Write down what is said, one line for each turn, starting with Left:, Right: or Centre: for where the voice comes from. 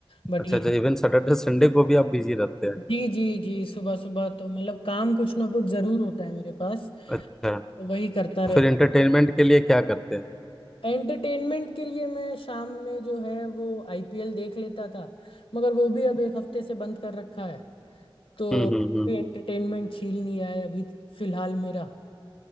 Left: बट
Centre: अच्छा
Left: ये
Centre: अच्छा इवन सैटरडे संडे को भी आप बिजी रहते हैं
Left: जी जी जी सुबह सुबह तो मतलब काम कुछ ना कुछ ज़रूर होता है मेरे पास तो
Centre: अच्छा
Left: वही करता रहता
Centre: फिर इंटरटेनमेंट के लिए क्या करते हैं
Left: है। एंटरटेनमेंट के लिए मैं शाम में जो है वो आईपीएल देख लेता था मगर वो भी अब एक हफ्ते से बंद कर रखा है तो
Centre: हम्म
Left: काफी
Centre: हम्म हम्म हम्म।
Left: एंटरटेनमेंट छील लिया है अभी फिलहाल मेरा